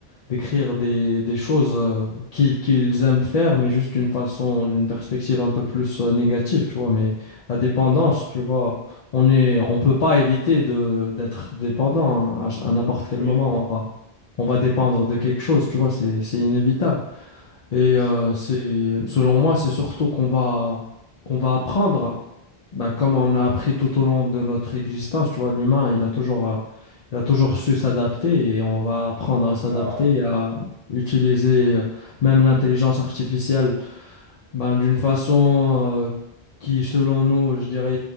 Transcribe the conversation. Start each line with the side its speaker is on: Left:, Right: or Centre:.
Left: décrire des des choses euh, qu'ils qu'ils aiment faire mais juste d'une façon d'une perspective un peu plus euh, négative tu vois mais la dépendance
Right: Ouais, ouais.
Left: tu vois on est on peut pas éviter de d'être dépendant à, ch- à n'importe quel
Right: Oui,
Left: moment
Right: non, non,
Left: on va on va dépendre de quelque chose tu vois c'est c'est inévitable et
Right: c'est
Left: euh,
Right: sûr.
Left: c'est, selon moi, c'est surtout qu'on va, qu'on va apprendre, bah, comme on a appris tout au long de notre existence, tu vois, l'humain, il a toujours, euh, il a toujours su s'adapter et on va apprendre à s'adapter
Right: Ouais, ouais.
Left: et à utiliser euh, même l'intelligence artificielle ben, d'une façon euh, qui, selon nous, je dirais,